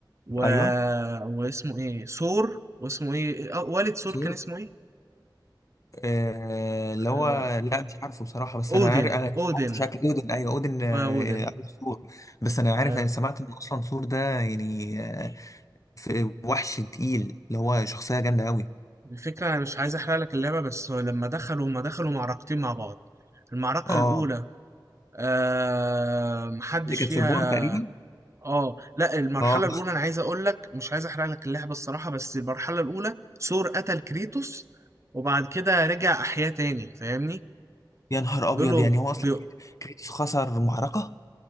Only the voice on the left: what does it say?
ايوه
سور
آه اللي هو
لا مش عارفه بصراحة بس
انا عارف انا مش
عارف شكل اودن ايوه اودن آه
أبو سور بس انا عارف
انا سمعت ان اصلا سور ده يعني آه في وحش تقيل اللي هو شخصية جامدة قوي
اه
اللي كانت
في البار تقريبا
اه
يا نهار
ابيض
يعني هو اصلا
كريتوس خسر معركه